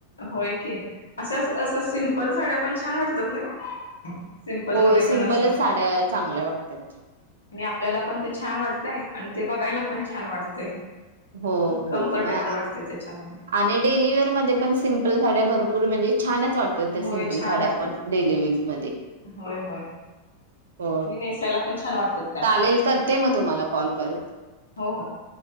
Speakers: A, on the left; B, on the right.
A: होय की असं असं सिंपल साड्या- पण छान वाटतात ना. सिम्पल
B: होय
A: मध्ये पण
B: सिम्पलच
A: असं
B: साड्या चांगल्या वाटतात.
A: आणि आपल्याला पण ते छान वाटतय आणि ते बघायला पण छान वाटतय.
B: हो हो
A: कम्फर्टेबल
B: म
A: वाटते त्याच्यामध्ये
B: आणि डेलीवेअर मध्ये पण सिम्पल साड्या भरपूर म्हणजे- छानच वाटतात त्या
A: होय
B: सिम्पल
A: छान
B: साड्या
A: वाटतात
B: आपण डेलीवेअर चा. मध्ये-
A: होय होय. आणि
B: हो
A: नेसायला पण छान वाटतात त्या
B: चालेल करते मग तुम्हाला कॉल परत
A: हो हो